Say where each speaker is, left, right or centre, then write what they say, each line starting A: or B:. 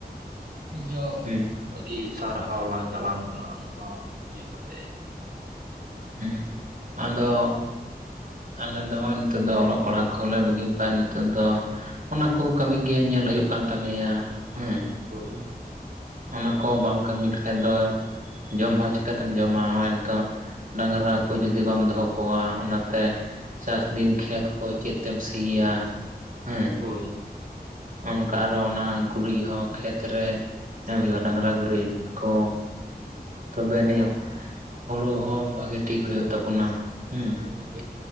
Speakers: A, on the right (about 70°); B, on the right (about 55°).
A: ᱤᱧᱦᱚᱸ
B: ᱦᱩᱸ,
A: ᱟᱹᱰᱤ ᱥᱟᱨᱦᱟᱣ ᱞᱟᱝ ᱪᱟᱞᱟᱢ ᱠᱟᱱᱟ ᱱᱚᱣᱟ ᱤᱭᱟᱹ ᱠᱟᱛᱮᱜ
B: ᱦᱮᱸ ᱟᱫᱚ ᱟᱞᱮ ᱫᱚ ᱱᱚᱜ-ᱚᱭ ᱱᱤᱛᱚᱜ ᱫᱚ ᱚᱞᱚᱜ ᱯᱟᱲᱦᱟᱜ ᱠᱚᱞᱮ ᱵᱟᱹᱜᱤ ᱠᱟᱜ-ᱟ, ᱱᱤᱛᱚᱜ ᱫᱚ ᱚᱱᱟ ᱠᱚ ᱠᱟᱹᱢᱤ ᱜᱮ ᱧᱮᱞ ᱦᱩᱭᱩᱜ ᱠᱟᱱ ᱛᱟᱞᱮᱭᱟ ᱦᱮᱸ,
A: ᱦᱳᱭ᱾
B: ᱚᱱᱟ ᱠᱚ ᱵᱟᱢ ᱠᱟᱹᱢᱤ ᱞᱮᱠᱷᱟᱡ ᱫᱚ ᱡᱚᱢ ᱦᱚᱸ ᱪᱤᱠᱟᱛᱮᱢ ᱡᱚᱢᱟ᱾ ᱱᱚᱜ-ᱚᱭ ᱱᱤᱛᱚᱜ ᱰᱟᱝᱨᱟ ᱠᱚ ᱡᱩᱫᱤ ᱵᱟᱢ ᱫᱚᱦᱚ ᱠᱚᱣᱟ ᱚᱱᱟᱛᱮ ᱪᱟᱥᱫᱤᱱ ᱠᱷᱮᱛ ᱠᱚ ᱪᱮᱫ ᱛᱮᱢ ᱥᱤᱭᱟ? ᱦᱮᱸ
A: ᱦᱳᱭ᱾
B: ᱚᱱᱠᱟ ᱟᱨᱚ ᱚᱱᱟ ᱜᱩᱨᱤᱡ ᱦᱚᱸ ᱠᱷᱮᱛ ᱨᱮ ᱮᱢ ᱦᱩᱭᱩᱜ-ᱟ, ᱰᱟᱝᱨᱟ ᱜᱩᱨᱤᱡ ᱠᱚ ᱛᱚᱵᱮ ᱟᱹᱱᱤᱡ ᱦᱳᱲᱚ ᱦᱚᱸ ᱵᱷᱟᱹᱜᱤ ᱴᱷᱤᱠ ᱦᱩᱭᱩᱜ ᱛᱟᱵᱚᱱᱟ, ᱦᱩᱸ
A: ᱦᱳᱭ